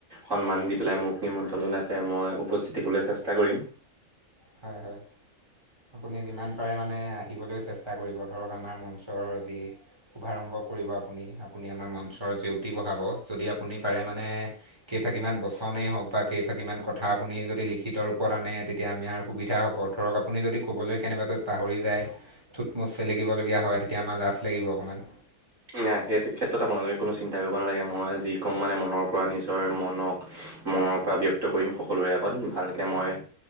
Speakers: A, on the right; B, on the right.
A: সন্মান দি পেলাই মোক নিমন্ত্ৰণ জনাইছে মই উপস্থিত থাকিবলৈ চেষ্টা কৰিম।
B: হয়, হয়। আপুনি যিমান পাৰে মানে আহিবলৈ চেষ্টা কৰিব ধৰক আমাৰ মঞ্চৰ যি শুভাৰম্ভ কৰিব আপুনি আপুনি আমাৰ মঞ্চৰ জেউতি বঢ়াব যদি আপুনি পাৰে মানে কেইফাঁকিমান বচনেই হওক বা কেইফাঁকিমান কথা আপুনি যদি লিখিত ৰূপত আনে, তেতিয়া আমি আৰু সুবিধা হ'ব ধৰক আপুনি যদি ক'বলৈ কেনেবাকৈ পাহৰি যায় টুটমোচ চেলেকিবলগীয়া হয় তেতিয়া আমাৰ লাাজ লাগিব অকমান।
A: নাই সেই ক্ষেত্ৰত আপোনালোকে কোনো চিন্তা কৰিব নালাগে, মই যি ক'ম মানে মনৰ পৰা নিজৰ মনক মনৰ পৰা ব্যক্ত কৰিম সকলোৰে আগত ভালকে মই।